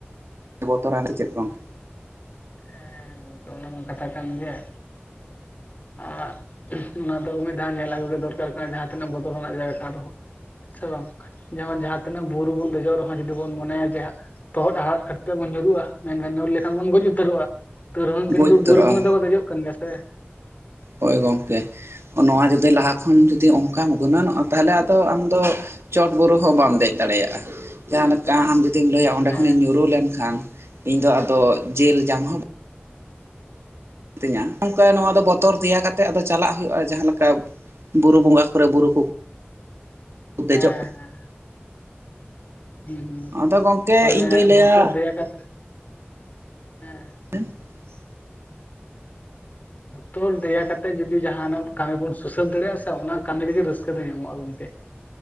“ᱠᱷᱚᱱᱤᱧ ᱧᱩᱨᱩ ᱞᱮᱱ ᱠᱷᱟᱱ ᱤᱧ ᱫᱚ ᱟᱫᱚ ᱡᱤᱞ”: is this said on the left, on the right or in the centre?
Right